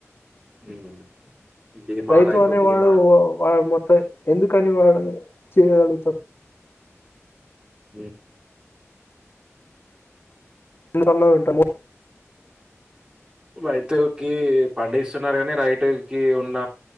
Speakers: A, on the right; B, on the left.
A: హ్మ్ బీమా,
B: రైతు అనే
A: బీమాలు.
B: వాడు వాడ్ మె ఎందుకని వాళ్ళు చేయగలుగుతర్.
A: హ్మ్
B: ఇంగ అలా ఉంటమో.
A: రైతుకి పండిస్తున్నారు. కాని రైతుకి ఉన్న